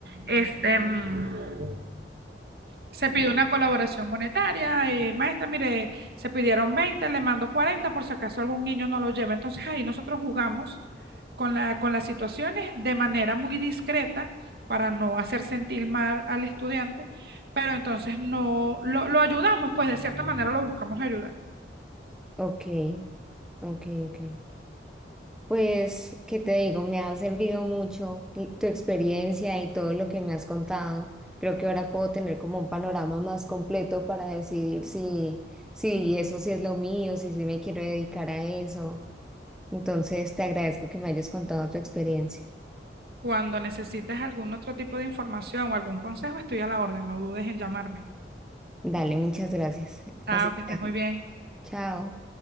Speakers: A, on the right; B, in the centre.
A: este... mm, se pidió una colaboración monetaria, eh, maestra, mire, se pidieron veinte le mando 40 por si acaso algún niño no lo lleva. Entonces ahí nosotros jugamos con la, con las situaciones de manera muy discreta para no hacer sentir mal al estudiante, pero entonces no lo, lo ayudamos, pues de cierta manera lo buscamos ayudar.
B: Ok, ok, ok. Pues, ¿qué te digo? Me ha servido mucho y- tu experiencia y todo lo que me has contado. Creo que ahora puedo tener como un panorama más completo para decidir si, si eso sí es lo mío, si sí me quiero dedicar a eso. Entonces, te agradezco que me hayas contado tu experiencia.
A: Cuando necesites algún otro tipo de información o algún consejo, estoy a la orden, no dudes en llamarme.
B: Dale, muchas gracias.
A: Chao,
B: Así
A: que estés
B: que,
A: muy bien.
B: chao.